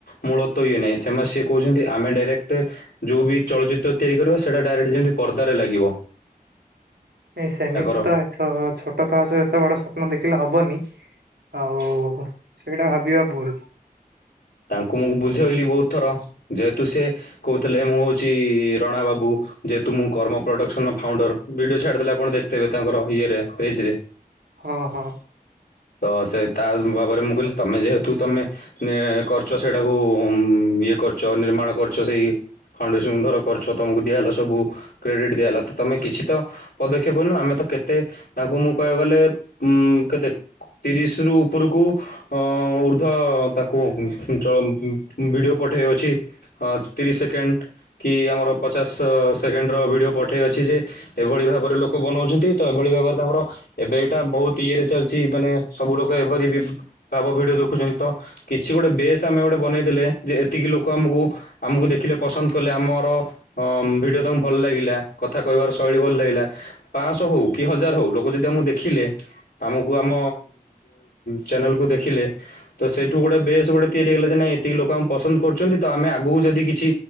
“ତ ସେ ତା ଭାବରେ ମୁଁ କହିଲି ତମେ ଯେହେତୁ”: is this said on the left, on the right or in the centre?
Left